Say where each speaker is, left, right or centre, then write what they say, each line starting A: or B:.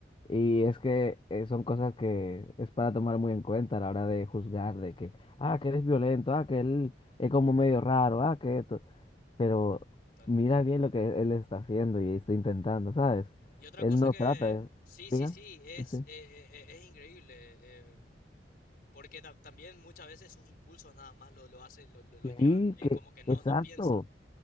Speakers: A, on the left (about 30°); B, on the left (about 55°).
A: Y es que eh, son cosas que es para tomar muy en cuenta a la hora de juzgar, de que, ah, que eres violento, ah, que él es como medio raro, ah, que esto. Pero
B: Totalmente.
A: mira bien lo que él está haciendo y está intentando, ¿sabes?
B: Y otra
A: Él
B: cosa
A: no
B: que,
A: trata de...
B: sí,
A: Diga.
B: sí, sí, es,
A: Sí,
B: eh, eh, eh, es increíble, eh, porque ta- también muchas veces sus impulsos nada más lo, lo hace, lo, lo, lo
A: Sí,
B: llevan, eh,
A: que...
B: como que no,
A: Exacto,
B: no piensa.